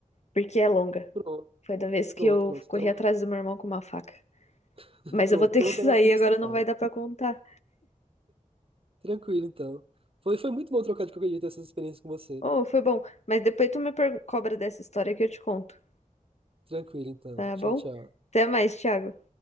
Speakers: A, on the left (about 55°); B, on the right (about 40°).
A: Porque é longa.
B: Pronto,
A: Foi da vez que
B: pronto,
A: eu
B: pronto.
A: corri
B: Então,
A: atrás do meu irmão com uma faca.
B: <laughs>
A: Mas
B: pronto.
A: eu vou ter
B: Então
A: que
B: outra
A: <laughs> sair,
B: hora já
A: agora
B: se fala.
A: não vai dar pra contar.
B: Tranquilo, então. Foi, foi muito bom trocar de qualquer jeito essas experiências com você.
A: Oh, foi bom. Mas depois tu me per- cobra dessa história que eu te conto.
B: Tranquilo, então.
A: Tá
B: Tchau,
A: bom?
B: tchau.
A: Até mais, Thiago.